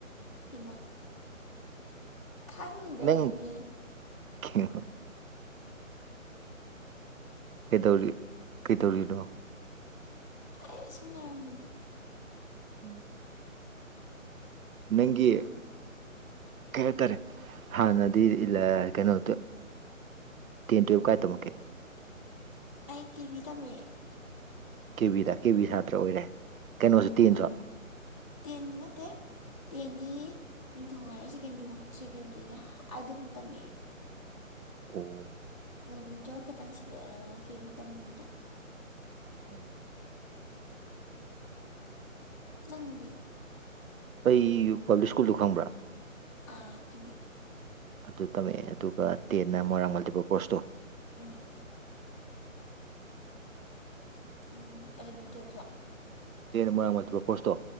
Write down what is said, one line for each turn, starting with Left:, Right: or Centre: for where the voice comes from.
Left: ꯍꯩꯃꯥ ꯈꯪꯗꯕꯩꯅꯦ
Right: ꯅ ꯀ <inaudible> ꯀꯩꯗꯧꯔꯤ ꯀꯩꯗꯧꯔꯤꯅꯣ
Left: ꯑꯩ ꯁꯨꯝ ꯂꯩꯔꯝꯕꯅꯦ
Right: ꯎꯝ ꯅꯪꯒꯤ ꯀꯩ ꯍꯥꯏꯇꯥꯔꯦ ꯍꯥꯟꯅꯗꯤ ꯏꯂ ꯀꯩꯅꯣ ꯇꯦꯟ ꯇꯨꯌꯦꯜꯞ ꯀꯥꯏ ꯇꯝꯃꯛꯀꯦ
Left: ꯑꯩ ꯀꯤꯚꯤ ꯇꯝꯃꯦ
Right: ꯀꯦ ꯕꯤꯗ ꯀꯦ ꯕꯤ ꯁꯥꯇ꯭ꯔ ꯑꯣꯏꯔꯦ ꯀꯩꯅꯣꯁꯨ
Left: ꯍꯣꯏ
Right: ꯇꯦꯟꯁꯨ
Left: ꯃꯥꯅꯦ ꯇꯦꯟꯒꯤꯅꯦꯠꯇ ꯇꯦꯟꯗꯤ ꯅꯤꯡꯊꯧ ꯍꯥꯏꯌꯔ ꯁꯦꯗꯔꯤ ꯐꯥꯎ ꯁꯦꯀꯦꯟꯗ꯭ꯔꯤꯗ ꯑꯗꯨꯐꯥꯎ ꯇꯝꯃꯛꯑꯦ
Right: ꯑꯣ
Left: ꯑꯦꯂꯕꯦꯟ ꯇꯨꯌꯦꯦꯜꯐ ꯈꯛꯇꯪ ꯁꯤꯗ ꯀꯦ ꯕꯤ ꯇꯝꯕꯅꯤꯗ
Right: ꯎꯝꯝ
Left: ꯅꯪꯗꯤ
Right: ꯑꯩ ꯄꯥꯕ꯭ꯂꯤꯛ ꯁ꯭ꯀꯨꯜꯗꯨꯣ ꯈꯪꯕ꯭ꯔꯥ
Left: ꯑꯥ ꯈꯪꯉꯦ
Right: ꯑꯗꯨ ꯇꯝꯃꯛꯑꯦ ꯑꯗꯨꯒ ꯇꯦꯟꯅ ꯃꯣꯏꯔꯥꯡ ꯃꯜꯇꯤꯄꯔ ꯀꯣꯔꯣꯁꯇꯣ
Left: ꯎꯝ ꯎꯝ ꯑꯦꯂꯚꯦꯟ ꯇꯋꯦꯜ
Right: ꯇꯦꯟꯅ ꯃꯣꯏꯔꯥꯡ ꯃꯕ ꯄꯣꯁꯇꯣ